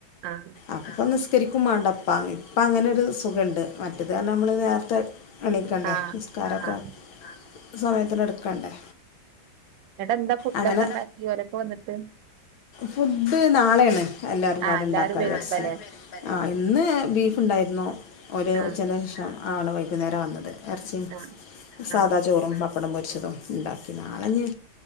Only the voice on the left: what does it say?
അപ്പൊ- സകരിക്കും വേണ്ടപ്പ ഇപ്പം അങ്ങനെൊരു സുഖമണ്ട് മറ്റത് കാരണം നമ്മൾ നേരത്തെ- ത <unintelligible> എണിക്കണ്ടേ
നിസ്കാരത്തിനൊക്കെ-
സമയത്തിന് എടുക്കണ്ടേ
അങ്ങനെ
ഫുഡ് നാളെയാണ് എല്ലാവരും പറഞ്ഞു
ഉണ്ടാക്കാന്നുവച്ചു
ആ ഇന്ന്- ബീഫ് ഉണ്ടായിരുന്നു ഒരു
ഉച്ചക്ക് ശേഷം ആളു വരും
സാധാ
ചോറും, പപ്പടം പൊരിച്ചതും ഉണ്ടാക്കി നാള ഇനി